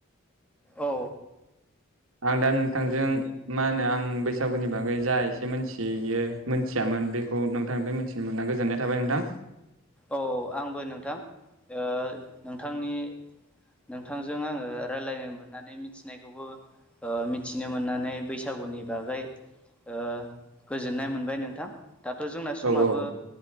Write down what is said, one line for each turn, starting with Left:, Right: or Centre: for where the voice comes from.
Centre: औ
Right: आं दा नोंथांजों मा होनो आं बैसागुनि बागै जा एसे मोनथियो मोनथियामोन बेखौ नोंथांनिफाय मिथिनो मोनना गोजोननाय थाबाय नोंथां
Centre: औ आंबो नोंथां ओ नोंथांनि नोंथांजों आङो रायलायनो मोननानै मिथिनायखौबो ओ मिथिनो मोननानै बैसागुनि बागै ओ गोजोननाय मोनबाय नोंथां दाथ' जोंना समाबो
Right: औ औ